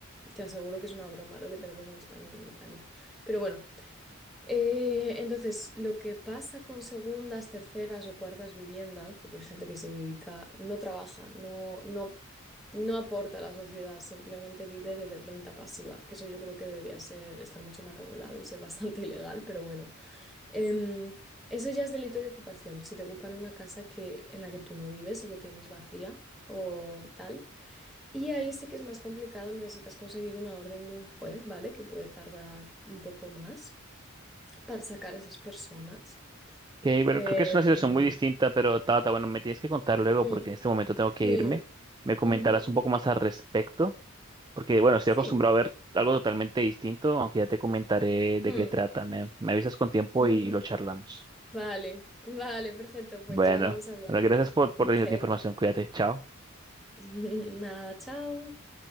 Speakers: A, in the centre; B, on the right.
A: te aseguro que es una broma lo que tenemos en España y en Italia. Pero bueno, eh, entonces lo que pasa con segundas, terceras o cuartas viviendas, porque hay gente que se dedica, no trabaja, no, no, no aporta a la sociedad, simplemente vive de de renta pasiva, que eso yo creo que debería ser, estar mucho más regulado y ser bastante <laughs> ilegal, pero bueno. Em, eso ya es delito de ocupación. Si te ocupan una casa que, en la que tú no vives o que tienes vacía o tal. Y ahí sí que es más complicado, necesitas conseguir una orden de un juez, ¿vale? Que puede tardar un poco más para sacar a esas personas.
B: Ok, bueno,
A: Em,
B: creo que es una situación muy distinta, pero Tabata, bueno, me tienes que contar luego
A: mm,
B: porque en este momento tengo que
A: sí,
B: irme. Me comentarás
A: ujú,
B: un poco más al respecto, porque bueno, estoy
A: sí.
B: acostumbrado a ver algo totalmente distinto, aunque ya te comentaré de
A: mm,
B: qué trata. Me, me avisas con tiempo
A: ujú.
B: y lo charlamos.
A: Vale, vale, perfecto. Pues
B: Bueno,
A: ya vamos hablando.
B: bueno, gracias por, por
A: Ok.
B: la información. Cuídate, chao.
A: <laughs> Nada, chao.